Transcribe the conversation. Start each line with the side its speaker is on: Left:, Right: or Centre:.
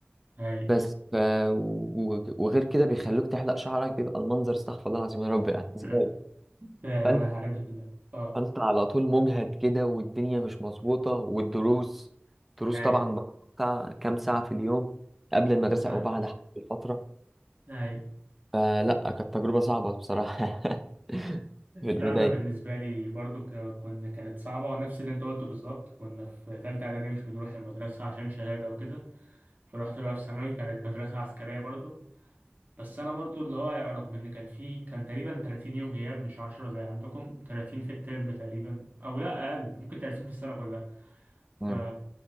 Right: اي
Centre: بس ف... و... وغير كده بيخلوك تحلق شعرك بيبقى المنظر استغفر الله العظيم يا رب يعني زبالة.
Right: <laughs> فاهم
Centre: فانت
Right: انا الحاجات دي كلها اه
Centre: فانت على طول مجهد كده والدنيا مش مظبوطة والدروس دروس
Right: اي
Centre: طبعا بقى بتاع كام ساعة في اليوم قبل المدرسة
Right: فاهم
Centre: أو بعد حسب الفترة
Right: اي
Centre: فلا كانت تجربة صعبة بصراحة <laughs> في البداية
Right: لا انا بالنسبة لي برضه ك- كنا كانت صعبة نفس اللي انت قلته بالظبط كنا في تالتة اعدادي مش بنروح المدرسة عشان شهادة وكده فرحت بقى في ثانوي كانت مدرسة عسكرية برضه بس انا برضو اللي هو يعني رغم ان كان في كان تقريبا 30 يوم غياب مش 10 زي عندكم 30 في الترم تقريبا او لا اقل ممكن 30 في السنه كلها ف...
Centre: مم.